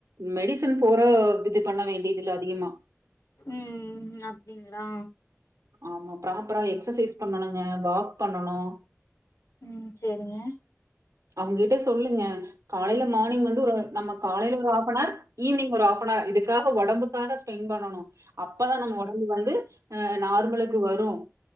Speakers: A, on the right; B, on the left.
A: மெடிசன் போற இது பண்ண வேண்டியதுல அதிகமா
B: ம் அப்டிங்ளா
A: ஆமா பிராப்பரா எக்சசைஸ் பண்ணணுங்க வாக் பண்ணனு
B: ம் சேரிங்க
A: அவ்ங்கிட்ட சொல்லுங்க காலேல மார்னிங் வந்து ஒரு நம்ம காலேல ஒரு ஹாப் நார் ஈவினிங் ஒரு ஆஃப் நார் இதுக்காக ஒடம்புக்காக ஸ்பென் பண்ணனு அப்பதா நம்ம ஒடம்பு வந்து அ நார்மலுக்கு வரு